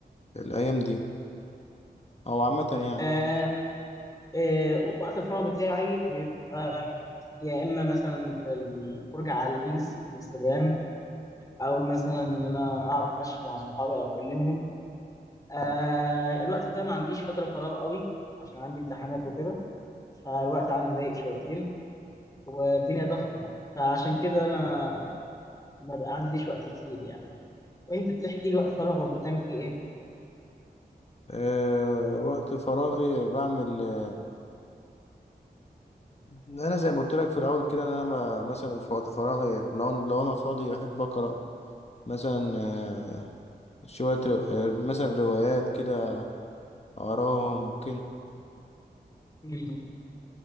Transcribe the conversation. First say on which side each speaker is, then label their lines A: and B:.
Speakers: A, on the left (about 40°); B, on the left (about 20°).
A: الايام دي او عامه يعني
B: آه آه وقت الفراغ بتاعي بيبقى يا اما مثلا في الفرجه على الريلز انستجرام او مثلا ان انا اقعد اتمشى مع صحابي او اكلمهم آه
A: تمام.
B: الوقت ده ما عنديش فتره فراغ قوي عشان عندي امتحانات وكده فالوقت عندي ضيق شويتين والدنيا ضغطه يعني فعشان كده انا ما بقى عنديش وقت كتير يعني وانت بتحكي لي وقت فراغك بتعمل فيه ايه
A: أه وقت فراغي بعمل آه، انا زي ما قلت لك في الاول كده ان انا ب- مثلا في وقت فراغي لو لو انا فاضي بحب اقرا مثلا آه، شويه رو... آه، مثلا روايات كده أراه ممكن
B: <laughs> مم.